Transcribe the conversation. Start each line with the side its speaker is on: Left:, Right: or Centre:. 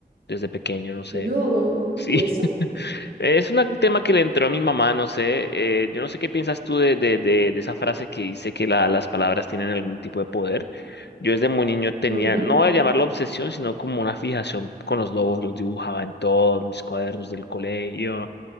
Left: desde pequeño, no sé.
Right: Luego,
Left: Sí,
Right: ¿y eso?
Left: <laughs> es un tema que le entró a mi mamá, no sé. eh, yo no sé qué piensas tú de, de, de, de esa frase que dice que la- las palabras tienen algún tipo de poder. Yo desde muy niño tenía,
Right: Ujú,
Left: no voy a llamarlo obsesión, sino como una fijación con los lobos. Los dibujaba en todos mis cuadernos del colegio,